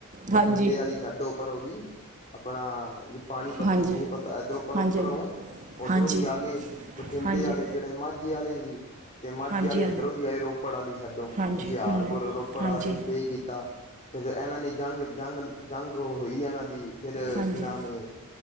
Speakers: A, on the left; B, on the right.
A: ਬਠਿੰਡੇ
B: ਹਾਂਜੀ
A: ਆਲੀ ਸੇਡੋ ਓ ਪਰੋਂ ਦੀ। ਆਪਣਾ ਪਾਣੀਪਤ,
B: ਹਾਂਜੀ
A: ਸੋਣੀਪਤ ਏਧਰੋਂ ਪਰੋਂ-
B: ਹਾਂਜੀ
A: ਉਪਰੋਂ। ਓਧਰੋਂ
B: ਹਾਂਜੀ
A: ਦੀ ਆ ਗਏ, ਬਠਿੰਡੇ
B: ਹਾਂਜੀ
A: ਆਲੇ
B: ਹਾਂਜੀ
A: ਜੜੇ ਮਾਝੇ ਆਲੇ ਸੀ। ਤੇ ਮਾਝੇ
B: ਹਾਂਜੀ
A: ਆਲੇ ਏਧਰੋਂ ਦੀ ਆਏ ਰੋਪੜ ਆਲੀ ਸੇਡੋਂ
B: ਹਾਂਜੀ
A: ਹੁਸ਼ਿਆਰਪੁਰ,
B: ਹੂੰ
A: ਰੋਪੜ
B: ਹਾਂਜੀ
A: ਆ ਕੇ ਸਟੇ ਕੀਤਾ। ਫੇਰ ਏਨਾਂ ਨੇ ਜੰਗ, ਜੰਗ, ਜੰਗ ਹੋਈ ਏਨਾਂ ਦੀ ਫੇਰ
B: ਹਾਂਜੀ
A: ਕੀ ਨਾਮ ਏ।